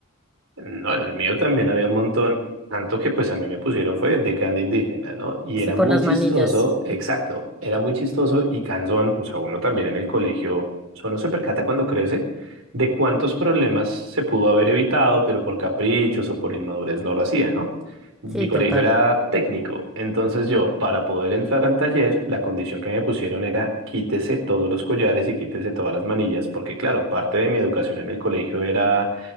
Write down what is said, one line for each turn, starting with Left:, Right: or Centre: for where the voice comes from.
Right: No, en el mío también había un montón, tanto que pues a mí me pusieron fue de canto indígena, ¿no? Y
Centre: Sí,
Right: era
Centre: por
Right: muy
Centre: las
Right: chistoso,
Centre: manillas.
Right: exacto, era muy chistoso y cansón, o sea, uno también en el colegio, o uno se percata cuando crece de cuántos problemas se pudo haber evitado, pero por caprichos o por inmadurez no lo hacía, ¿no? Mi
Centre: Sí,
Right: colegio
Centre: total.
Right: era técnico, entonces yo, para poder entrar al taller, la condición que me pusieron era quítese todos los collares y quítese todas las manillas, porque claro, parte de mi educación en el colegio era